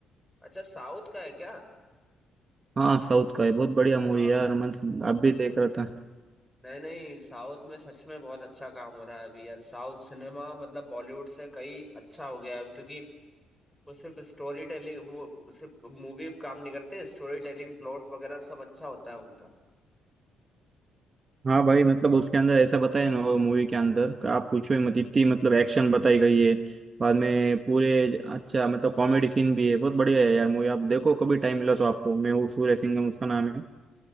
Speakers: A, in the centre; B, on the right.
A: अच्छा साउथ का है क्या
B: हाँ साउथ का है बहुत बढ़िया
A: आ,
B: मूवी यार मतलब आप भी देख रहा था
A: नहीं नहीं साउथ में सच में बहुत अच्छा काम हो रहा है अभी यार साउथ सिनेमा मतलब बॉलीवुड से कई अच्छा हो गया है अभी, क्योंकि वो सिर्फ स्टोरी टेलिंग वो सिर्फ मूवी काम नहीं करते स्टोरी टेलिंग प्लॉट वगैरह सब अच्छा होता है उनका
B: हाँ भाई मतलब उसके अंदर ऐसा बताया ना वो मूवी के अंदर कि आप पूछो ही मत इतनी मतलब एक्शन बताई गई है बाद में पूरे अच्छा मतलब कॉमेडी सीन भी है बहुत बढ़िया है यार मूवी आप देखो कभी टाइम मिला तो आपको मैं वो सूर्य सिंघम उसका नाम है